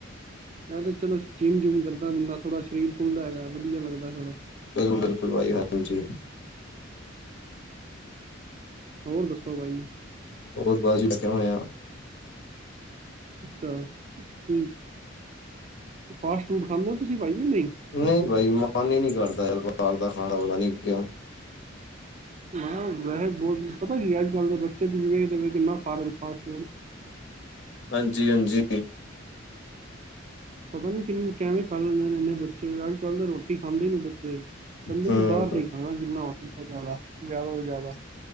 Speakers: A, on the right; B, on the left.
A: ਮੈਂ ਤੇ ਚਲੋ ਜਿੰਮ-ਜੁਮ ਕਰਦਾਂ, ਬੰਦਾ ਥੋੜਾ ਸ਼ਰੀਰ ਖੁੱਲਦੈ ਹੈਗੈ, ਵਦੀਆ ਲੱਗਦੈ ਥੋੜਾ।
B: <unintelligible> ਬਿਲਕੁਲ ਬਾਈ ਹਾਂਜੀ।
A: ਹੋਰ ਦੱਸੋ ਵਾਈ ਈ?
B: ਹੋਰ ਪਾਜੀ ਲਗੇ ਹੋਏ ਹਾਂ।
A: ਅੱਛਾ ਠੀਕ ਫਾਸਟ ਫੂਡ ਖਾਂਦੇ ਓ ਤੁਸੀਂ ਭਾਜੀ ਨਹੀਂ।
B: ਨਹੀਂ ਬਈ ਮਨ ਹੀ ਨਹੀਂ ਕਰਦਾ ਯਾਰ ਬਾਹਰ ਦਾ ਖਾਣਾ ਪਤਾ ਨਹੀਂ ਕਿਉਂ।
A: ਮੈਂ ਵੈਸੇ ਬਹੁ ਪਤਾ ਕੀ ਅੱਜ ਕੱਲ ਦੇ ਬੱਚੇ ਵੇਖਦੇ ਕਿੰਨਾ ਖਾ ਰਹੇ ਫਾਸ ਫੂਡ
B: ਹਾਂਜੀ, ਹਾਂਜੀ।
A: ਪਤਾ ਨੀ ਕਿੰਨ ਕਿਵੇਂ ਖਾ ਲੈਂਦੇ ਨੇ ਇੰਨੇ ਬੱਚੇ ਅੱਜ ਕੱਲ੍ਹ ਤਾਂ ਰੋਟੀ ਖਾਂਦੇ ਹੀ ਨੀ ਬੱਚੇ ਕਹਿੰਦੇ
B: ਹੂੰ
A: ਵੀ ਬਾਹਰ ਦਾ ਇ ਖਾਣਾ ਜਿੰਨਾ ਹੋ ਸਕੇ ਜ਼ਿਆਦਾ ਜ਼ਿਆਦਾ ਤੋਂ ਜ਼ਿਆਦਾ